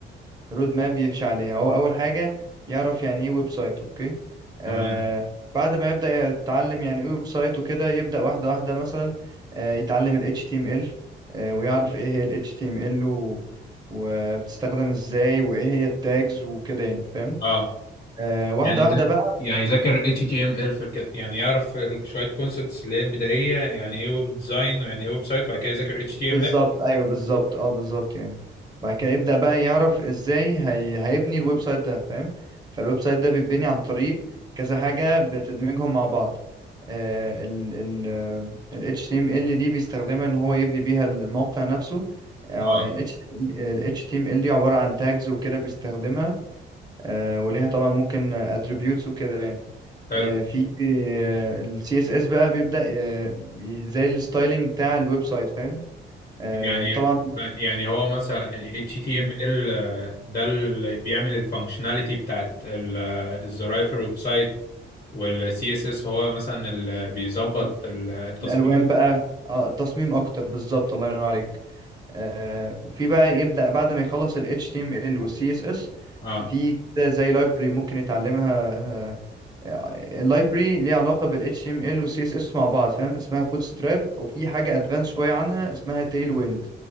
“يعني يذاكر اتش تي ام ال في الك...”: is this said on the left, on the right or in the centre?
Left